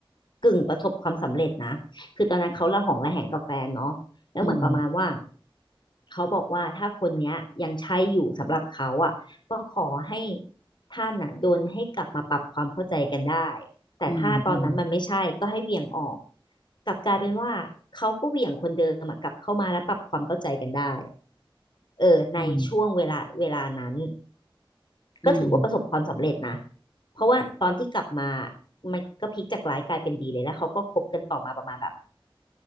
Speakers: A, on the left (about 55°); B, on the left (about 30°).
A: กึ่งประสบความสำเร็จนะคือตอนนั้นเขาระหองระแหงกับแฟนเนาะแล้วเหมือนประมาณว่า
B: อืม
A: เขาบอกว่าถ้าคนเนี้ยยังใช่อยู่สำหรับเขาอ่ะก็ขอให้ท่านอ่ะโดนให้กลับมาปรับความเข้าใจกันได้แต่ถ้าตอนนั้นมันไม่ใช่ก็ให้เหวี่ยงออก
B: อืมอืม
A: กลับกลายเป็นว่าเขาก็เหวี่ยงคนเดิมอะกลับเข้ามาแล้วปรับความเข้าใจกันได้เออในช่วงเวลาเวลานั้น
B: อืมอืม
A: ก็ถือว่าประสบความสำเร็จนะ เพราะว่าตอนที่กลับมามันก็พลิกจากร้ายกลายเป็นดีเลยแล้วเขาก็คบกันต่อมาประมาณแบบ